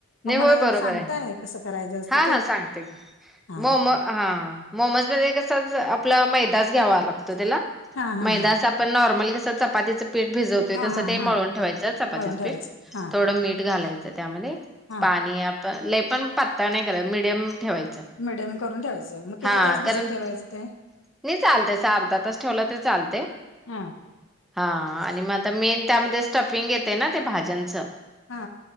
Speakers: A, on the left; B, in the centre.
A: मग
B: नाही
A: मला
B: होय
A: जरा
B: बरोबर
A: सांगताय,
B: आहे
A: कसं करायचं असतं
B: हा
A: ते?
B: हा सांगते की
A: हा.
B: मोम हा मोमज मध्ये कसच आपलं मैदाच घ्यावा लागतो त्याला
A: हा हा
B: मैदाच
A: हा
B: आप पण नॉर्मली कसं चपातीचं पीठ भिजव तोय
A: हा
B: तसं
A: हा
B: ते
A: हा
B: मळून ठेवायचं चपातीच
A: मळून ठेवायचं
B: पीठ
A: हा
B: थोडं मीठ घालायचं त्यामध्ये
A: हा
B: पाणी प लई पण पातळ नाही करा मिडियम ठेवायचं.
A: मीडियम करून ठेवायचं. मग किती
B: हा
A: तास भिजत
B: कारण
A: ठेवायचं ते?
B: नाही चालतय अस अर्धा तास ठेवला तर चालतय.
A: हा
B: हा आणि मग आता मेन त्यामध्ये स्टफिंग येतय ना ते भाज्यांचं
A: हा.